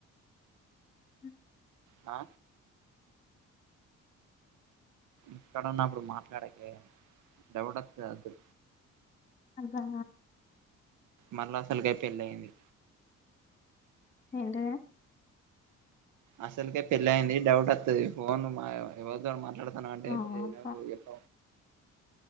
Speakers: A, on the left (about 20°); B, on the right (about 80°).
A: అ
B: ఆ ఇక్కడన్నప్పుడు మాట్లాడక దెబడ వచ్చదు
A: అదా
B: మళ్ళా అసలుకై పెళ్ళి అయింది
A: ఏంట
B: అసలుకే పెళ్ళి అయింది డౌట్ వస్తుది ఫోన్ మా ఎవరితో మాట్లాడుత తనాటే
A: ఆ!
B: పో
A: ప
B: ఎప్ప